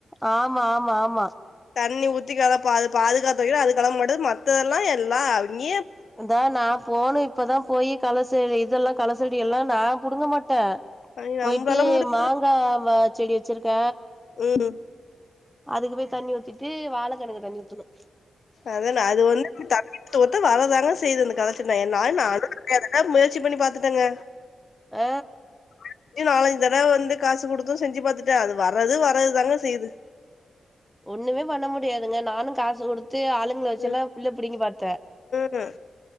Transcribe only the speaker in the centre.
ஆமா ஆமா ஆமா
இந்தா நா போனு இப்பதா போய் கள செடி இதெல்லா கள செடி எல்லா நா புடுங்க மாட்ட
போயிட்டு
மாங்கா வ செடி வெச்சிருக்க
அதுக்கு போய் தண்ணி ஊத்திட்டு வாழகண்ணுக்கு தண்ணி ஊத்துணே
ஆ
ஒண்ணுமே பண்ண முடியாதுங்க நானு காசு குடுத்து ஆளுங்கள வச்சில்லா
புல்ல புடிங்கி பாத்த